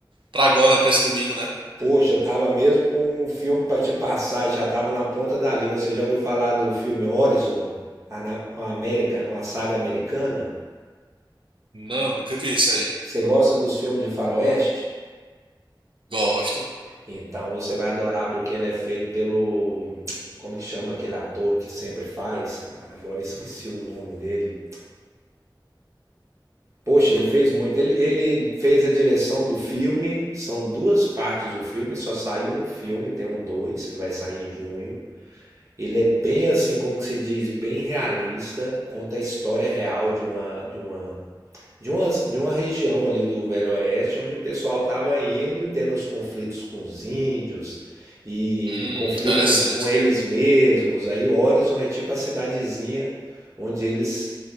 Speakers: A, on the right; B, on the right.
A: pra agora, pra esse domingo, né?
B: Poxa, eu tava mesmo com um filme pra te passar, já tava na ponta da língua. Você já ouviu falar do filme Horizon, a na- uma América, uma saga americana?
A: Não, nunca vi isso aí.
B: Você gosta dos filmes de faroeste?
A: Gosto.
B: Então você vai adorar porque ele é feito pelo, como que chama aquele ator que sempre faz, cara? Agora esqueci o nome dele. Poxa, ele fez muito. Ele, ele fez a direção do filme. São duas partes do filme, só saiu um filme, tem um dois que vai sair em junho. Ele é bem assim, como que se diz, bem realista, conta a história real de uma de uma de uma, de uma região ali do Velho Oeste onde o pessoal estava indo e tendo os conflitos com os índios e
A: Hum,
B: conflitos
A: interessante.
B: com eles mesmos. Aí Horizon é tipo a cidadezinha onde eles